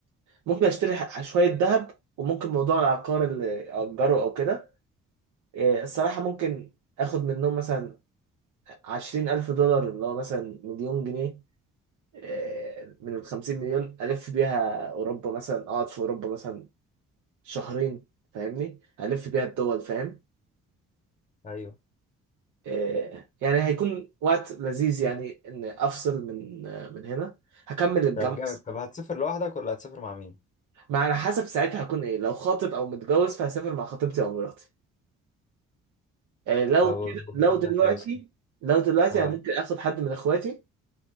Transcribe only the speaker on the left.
ايوه
طب جامد طب هتسافر لوحدك ولا هتسافر مع مين
لو
لوحدك
لو سافر
اه